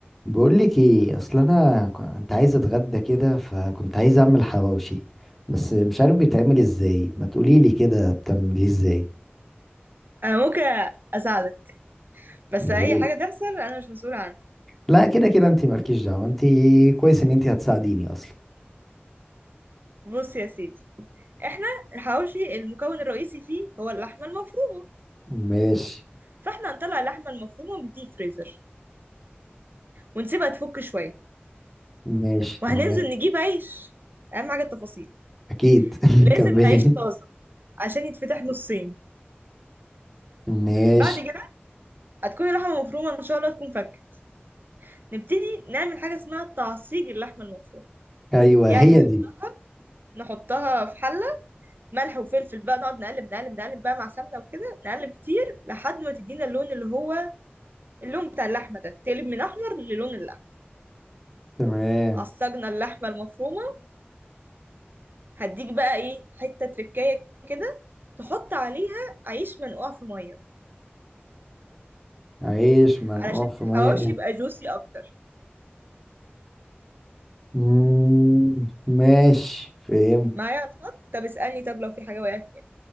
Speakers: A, in the centre; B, on the right.
A: بقول لك ايه اصل انا كنت عايز اتغدى كده فكنت عايز اعمل حواوشي بس مش عارف بيتعمل ازاي ما تقولي لي كده بتعمليه ازاي
B: انا ممكن اساعدك بس
A: يا
B: اي
A: ريت
B: حاجه تحصل انا مش مسؤوله عنها
A: لا كده كده انت مالكيش دعوه انت كويس ان انت هتساعديني اصلا
B: بص يا سيدي احنا الحواوشي المكون الرئيسي فيه هو اللحمه المفرومه
A: ماشي
B: فاحنا هنطلع اللحمه المفرومه من الديب فريزر ونسيبها تفك شويه
A: ماشي
B: وهننزل
A: تمام
B: نجيب عيش اهم حاجه التفاصيل
A: اكيد
B: لازم
A: <laughs> كملي
B: عيش طازه عشان يتفتح نصين
A: ماشي
B: بعد كده هتكون اللحمه المفرومه ان شاء الله تكون فكت نبتدي نعمل حاجه اسمها تعصيج اللحمه المفرومه
A: ايوه
B: يعني
A: هي
B: نح-
A: دي
B: نحطها في حله ملح وفلفل بقى نقعد نقلب نقلب نقلب بقى مع سمنة وكده نقلب كتير لحد ما تدينا اللون اللي هو اللون بتاع اللحمة ده تقلب من أحمر للون اللحمة
A: تمام
B: عصجنا اللحمة المفرومة هديك بقى إيه حتة تركاية كده تحط عليها عيش منقوع في مية
A: عيش منقوع
B: علشان
A: في
B: الحواوشي
A: ميه
B: يبقى جوسي أكتر
A: مم، ماشي فهمت
B: معايا على الخط طب اسألني طب لو في حاجة وقعت منك